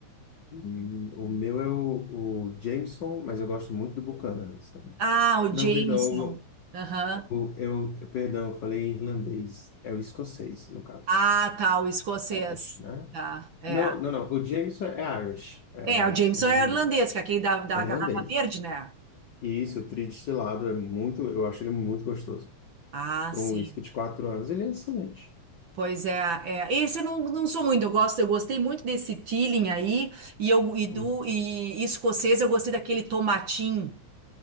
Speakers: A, on the left; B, on the right.
A: Hum, O meu é o, o Jameson, mas eu gosto muito do Buchanan's também.
B: Ah, o
A: Não,
B: Jameson.
A: pois não, o,
B: Aham.
A: o, eu, perdão, eu falei irlandês, é o escocês, no caso.
B: Ah, tá, o escocês.
A: Scottish, né?
B: Tá, é.
A: Não, não, não, o Jameson é Irish, é,
B: É, o Jameson
A: é irlandês.
B: é irlandês, que é aquele da, da
A: É
B: garrafa
A: irlandês.
B: verde, né?
A: E isso, o tridestilado, é muito, eu acho ele muito gostoso.
B: Ah,
A: Para
B: sim.
A: um whisky de quatro anos, ele é excelente.
B: Pois é, é. Esse eu não, não sou muito, eu gosto, eu gostei muito desse Teeling aí, e eu e do
A: Hum,
B: e escocês eu gostei daquele tomatim.